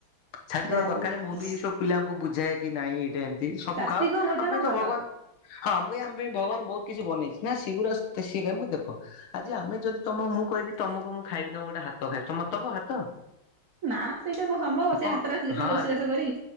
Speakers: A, on the left; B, on the right.
A: ଛାଡିଦବା
B: ଯାହା
A: ଦରକାର
B: ହଉ
A: ମୁଁ
B: ଭଲ।
A: ବି ସବୁ ପିଲାଙ୍କୁ ବୁଝାଏ କି ନାଇଁ ଏଇଟା ଏମ ଏଇ ସବୁ
B: ଶାସ୍ତିକ
A: ଖାଅ
B: ଭୋଜନ
A: ଆମ ପାଇଁ
B: ଭଲ।
A: ତ ଭଗବାନ ହଁ ମୁଁ ଏଇ ଆମ ପାଇଁ ଭଗବାନ ବହୁତ କିଛି ବନେଇଚି ନା ସେଗୁରା ସିଏ ଖାଇ ମୁ ଦେଖ ଯେ ଆମେ ଯଦି ତମ ମୁଁ କହିବି ତମକୁ ମୁଁ ଖାଇବି ତମ ଗୋଟେ ହାତ ଖାଇବି ତମେ ମତେ ଦବ ହାତ?
B: ନା ସେଇଟା କଣ ସମ୍ଭବ ସେ
A: କଣ
B: ହାତଟା ଥିଲେ
A: ହଁ
B: ସିନା ରୋଷେଇ ବାସ କରିବି।